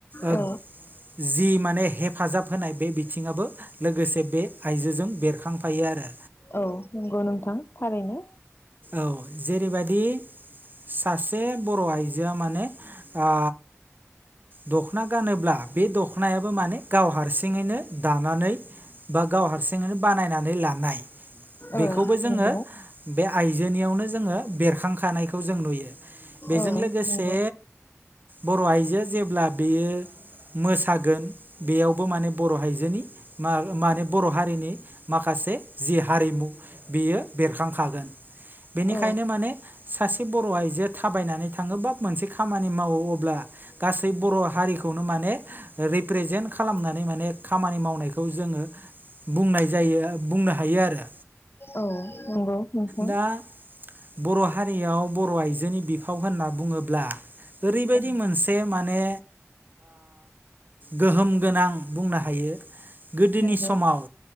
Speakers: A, on the right (about 40°); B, on the left (about 50°).
A: ओ
B: औ
A: जि माने हेफाजाब होनाय बे बिथिं बिथिङाबो लोगोसे बे आइजोजों बेरखांफायो आरो
B: औ नंगौ नोंथां थारैनो।
A: औ जेरैबायदि सासे बर' आइजोआ माने ओ दख'ना गानोब्ला बे दख'नायाबो माने गाव हारसिंङैनो दानानै बा गाव हारसिंयैनो बानायनानै लानाय। बेखौबो
B: औ
A: जोङो
B: नंगौ
A: बे आइजोनियावनो जोंङो बेरखां खानायखौ जों नुयो बेजों
B: औ
A: लोगोसे
B: नंगौ
A: बर' आइजो जेब्ला बेयो मोसागोन बेयावबो माने बर' आइजोनि माने बर' हारिनि माखासे जि हारिमु बेयो बेरखांखागोन बेनिखायनो
B: औ
A: माने सासे बर' आइजोआ थाबायनानै थांङोबा मोनसे खामानि मावो अब्ला गासै बर' हारिखौनो माने रिप्रेजेन्ट खालामनानै माने खामानि मावनायखौ जोंङो बुंनाय जायो बुंनो हायो आरो
B: औ नंगौ नोंथां।
A: दा बर' हारियाव बर' आइजोनि बिफाव होनना बुङोब्ला ओरैबायदि
B: औ
A: मोनसे माने गोहोम गोनां बुंनो हायो। गोदोनि
B: नंगौ
A: समाव